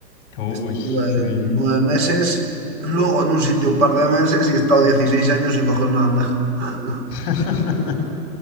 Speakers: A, on the left; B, on the right.
A: Uy,
B: Estuve
A: uy.
B: nueve meses, luego en un sitio un par de meses y he estado 16 años sin coger una bandeja. <laughs>
A: <laughs>